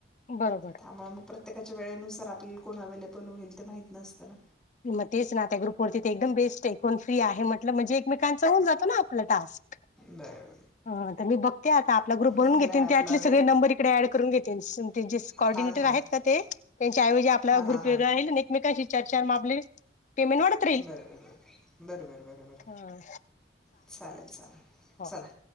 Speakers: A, on the left; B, in the centre.
A: बरोबर
B: त्यामुळे मग प्रत्येकाच्या वेळेनुसार आपल्याला कोण अव्हेलेबल होईल ते माहित नसतना
A: मग तेच ना त्या ग्रुपवरती ते एकदम बेस्ट एकण फ्री आहे म्हटलं म्हणजे एकमेकांचा होन जातो ना आपला टास्क
B: बर
A: ह तर मी बघते आता आपला ग्रुप बनून
B: झाला
A: घेतेन
B: आहे आपला
A: त्यातले
B: वेळ
A: सगळे नंबर इकडे ऍड करून घेतेनॉ ऑर्डिनेटर
B: हां हां
A: आहेत का ते त्यांच्या ऐवजी आपला
B: हां हां
A: ग्रुप वगं आहे एकमेकांशी चर्चा पेमेंट वाढत राहील.
B: बरबर बरोबर बरोबर
A: ह
B: चालेल चालेल
A: हो
B: चला